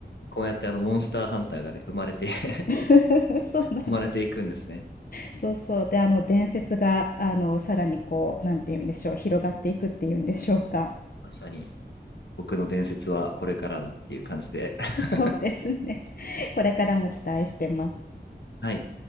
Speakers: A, on the left (about 80°); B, on the left (about 55°).
A: こうやってあの、モンスターハンターがね、生まれて <laughs>
B: <laughs> そうなんです。
A: 生まれていくんですね。
B: そうそう。で、あの、伝説が、あの、さらにこう、なんて言うんでしょう、広がっていくっていうんでしょうか。
A: まさに、僕の伝説はこれからだっていう感じで。
B: <laughs>
A: <laughs>
B: そうですね。これからも期待してます。
A: はい。